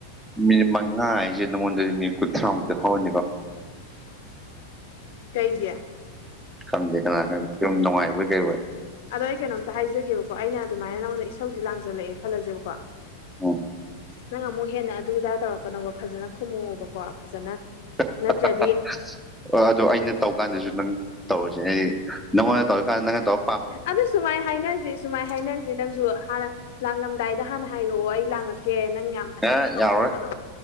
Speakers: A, in the centre; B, on the left (about 55°).
A: ꯃꯤꯅꯤꯠ ꯃꯉꯥ ꯍꯥꯏꯖꯦ ꯅꯪꯉꯣꯟꯗ ꯃꯤ ꯀ ꯊꯉꯛꯇ ꯍꯥꯎꯅꯤ ꯀꯣ
B: ꯀꯩꯒꯤ
A: ꯈꯝꯗꯦ ꯁꯨꯝ ꯅꯨꯡꯉꯥꯏꯕ ꯀꯩꯕꯣꯏ
B: ꯑꯗꯣ ꯑꯩ ꯀꯩꯅꯣꯝꯇ ꯍꯥꯏꯖꯒꯦꯕꯀꯣ ꯑꯩꯅ ꯑꯗꯨꯃꯥꯏꯅ ꯅꯉꯣꯟꯗ ꯏꯁꯧꯁꯦ ꯂꯥꯡꯖꯜꯂꯛꯑꯦ ꯈꯜꯂꯁꯦꯕꯀꯣ
A: ꯎꯝ
B: ꯅꯪ ꯑꯃꯨꯛ ꯍꯦꯟꯅ ꯑꯗꯨꯗꯥ ꯇꯧꯔꯛꯀꯅꯣꯕ ꯐꯖꯅ ꯈꯨꯝꯃꯛꯛꯑꯣꯕꯀꯣ ꯐꯖꯅ
A: <unintelligible>
B: ꯅꯠꯇ꯭ꯔꯗꯤ
A: ꯑꯗꯣ ꯑꯩꯅ ꯇꯧ ꯀꯥꯟꯗꯁꯨ ꯅꯪ ꯇꯧꯔꯁꯦ ꯍꯥꯏꯗꯤ ꯅꯪꯉꯣꯟꯗ ꯇꯧꯔꯀꯥꯟꯗ ꯅꯪ ꯇꯧ
B: ꯑꯗꯨ ꯁꯨꯃꯥꯏ ꯍꯥꯏꯅꯁꯤ ꯁꯨꯃꯥꯏ ꯍꯥꯏꯅꯁꯤ ꯅꯪꯁꯨ ꯍꯥꯟꯅ ꯂꯥꯡꯉꯝꯗ ꯀꯗꯥꯏꯗ ꯍꯥꯟꯅ ꯍꯥꯏꯔꯛꯑꯣ ꯑꯩ ꯂꯥꯡꯉꯛꯀꯦ ꯅꯪ ꯌꯥꯝꯅ ꯀꯩꯅꯣ
A: ꯑꯦ
B: ꯇꯧꯈꯠꯂꯛꯄꯅꯨ
A: ꯌꯥꯔꯣꯏ